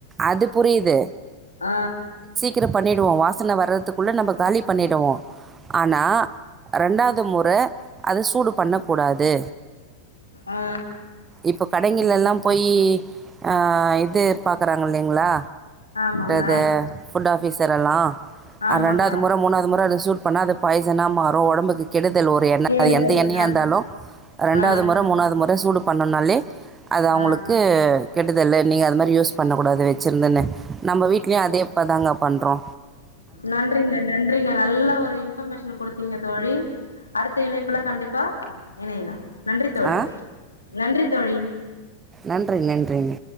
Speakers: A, on the right (about 20°); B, on the left (about 85°).
A: அது புரியிது
B: ஆ
A: கிற பண்ணிட் வோ வாசன வர்றதுக்குள்ள நம்ப காலி பண்ணிடுவோ ஆனா ரெண்டாது முற அத சூடு பண்ண கூடாத் தே
B: ஆ
A: இப்ப கடைங்கள்ல எல்லாம் போயி அ இது பாக்கறாங்க இல்லைங்ளா
B: ஆமாங்க
A: து ஃபுட் ஆஃப் பீசரல்லா
B: ஆமாங்க
A: அ ரெண்டாது முற மூணாவது முற அத சூட் பண்ணா அது பாய்சனா மாறு ஒடம்புக்கு கெடுதல் ஒரு எண்ண
B: கேடுதல்
A: அது எந்த எண்ணெயாருந்தாலு
B: ஆ
A: ரண்டாது
B: ஆ
A: மொற மூணாவது மொற ட்டா சூடு பண்ணன்னாலே அது அவுங்குளுக்கு
B: ஆ
A: கெடு இதல்ல நீங்க அது மாரி யூஸ் பண்ணகூடாது வெச்சிருந்தன்னு ட்லியு
B: ம்
A: அதே அப்பளந்தாங்க பண்றோ
B: நன்றிங்க நன்றிங்க நல்ல ஒரு இன்ஃபர்மேஷன் குடுத்தீங்க தோழி அடுத்த இணைப்புல கண்டிப்பா இணையலா நன்றி தோழி
A: ஆ
B: நன்றி தோழி
A: நன்றி நன்றிங்க